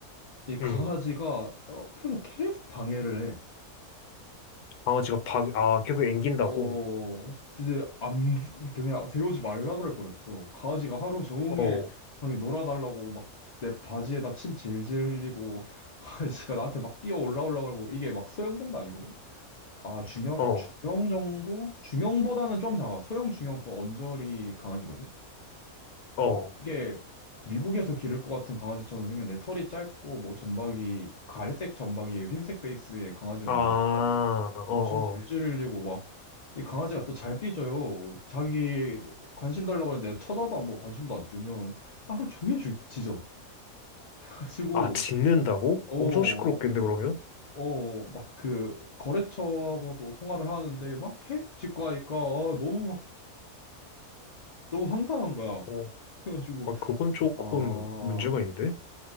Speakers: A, on the left; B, on the left.
A: 이 강아지가
B: 응.
A: 옆에서 계속 방해를 해
B: 강아지가 방, 아, 계속 앵긴다고?
A: 어, 진짜 안, 그냥 데려오지 말라 그럴 거랬어. 강아지가 하루 종일
B: 어,
A: 형이 놀아달라고 막 내 바지에다 침 질질 흘리고, <laughs> 강아지가 나한테 막 뛰어 올라오려고 그러고, 이게 막 소형견도 아니거든? 아, 중형,
B: 어,
A: 중형 정도? 중형보다는 좀 작아. 소형, 중형, 그 언저리 강아지거든?
B: 어.
A: 어, 되게 미국에서 기를 것 같은 강아지처럼 생겼는데, 털이 짧고, 뭐, 점박이, 갈색 점박이, 흰색 베이스의 강아지였는데,
B: 아,
A: 이거,
B: 어,
A: 어, 침 질질
B: 어.
A: 흘리고, 막, 이 강아지가 또 잘 삐져요. 자기 관심 달라고 하는데, 쳐다도 안 보고 관심도 안 주면, 하루 종일 지- 짖어. <laughs> 가지고,
B: 아, 짖는다고?
A: 어,
B: 엄청 시끄럽겠는데, 그러면?
A: 어, 막 그, 거래처하고도 통화를 하는데, 막 계속 짖고 하니까, 아, 너무 너무 황당한 거야.
B: 어,
A: 그래가지고
B: 아, 그건 조금
A: 아, 어,
B: 문제가 있는데?